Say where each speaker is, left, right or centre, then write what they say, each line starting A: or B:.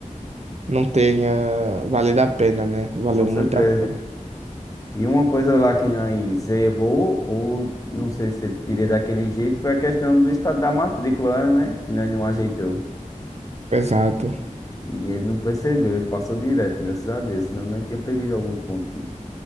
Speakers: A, on the right; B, on the left.
A: não tenha valido a pena, né? Valeu
B: Com certeza.
A: muito a pena.
B: E uma coisa lá que nós errou, ou não sei se ele queria daquele jeito, foi a questão do estado da matrícula, né? Que nós não ajeitou.
A: Exato.
B: E ele não percebeu, ele passou direto, graças a Deus, senão nós tinha perdido alguns pontinhos.